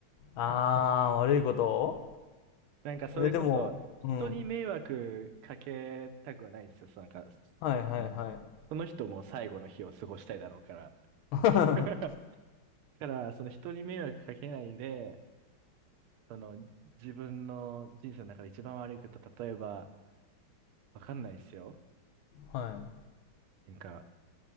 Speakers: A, on the left (about 75°); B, on the right (about 85°).
A: あー、悪いこと
B: なんかそれこそ人に迷惑かけたくはないんですよ。
A: え、でも、うん。
B: そうなんか、あ
A: はいはいはい。
B: のその人も最後の日を過ごしたいだろうから。
A: <laughs>
B: <laughs> だから、その人に迷惑かけないで、その自分の人生の中で一番悪いこと、例えば、わかんないですよ。
A: は
B: なんか、